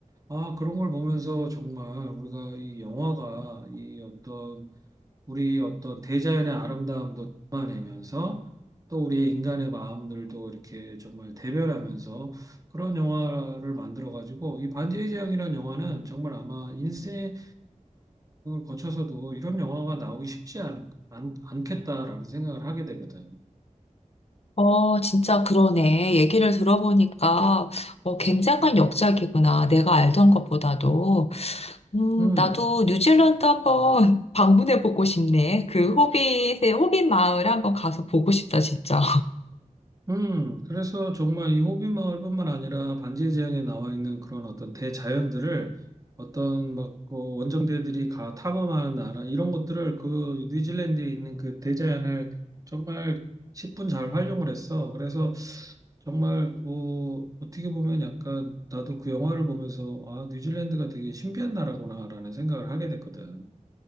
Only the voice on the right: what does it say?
아, 그런 걸 보면서 정말 우리가 이 영화가 이 어떤 우리 어떤 대자연의 아름다움도 담아내면서 또 우리의 인간의 마음들도 이렇게 정말 대별하면서 그런 영화를 만들어가지고 이 반지의 제왕이라는 영화는 정말 아마 인생을 거쳐서도 이런 영화가 나오기 쉽지 않, 않, 않겠다라는 생각을 하게 되거든.
음.
음.
음, 그래서 정말 이 호빗마을뿐만 아니라 반지의 제왕에 나와 있는 그런 어떤 대자연들을 어떤 막 어, 원정대들이 가 탐험하는 나라 이런 것들을 그 뉴질랜드에 있는 그 대자연을 정말 10분 잘 활용을 했어. 그래서 정말 어, 어떻게 보면 약간 나도 그 영화를 보면서 아, 뉴질랜드가 되게 신비한 나라구나라는 생각을 하게 됐거든.